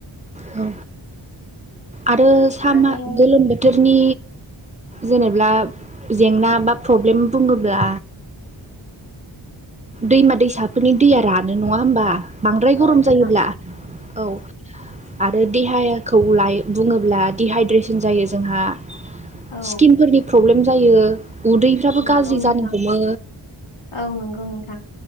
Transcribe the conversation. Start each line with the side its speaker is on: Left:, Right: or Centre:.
Right: औ आरो सामा
Left: माने
Right: गोलोम बोथोरनि जेनेब्ला जेंना बा प्रब्लेम बुङोब्ला दैमा दैसाफोरनि दैया रानो नङा होमबा बांद्राय
Left: औ
Right: गरम
Left: नोंथां
Right: जायोब्ला औ। आरो देहाखौ ला बुङोब्ला दिहाइद्रेसन जायो जोंहा।
Left: औ
Right: स्किनफोरनि प्रब्लेम जायो उदै फोराबो
Left: नंगौ
Right: गाज्रि
Left: नोंथां
Right: जानो हमो
Left: औ नंगौ नोंथां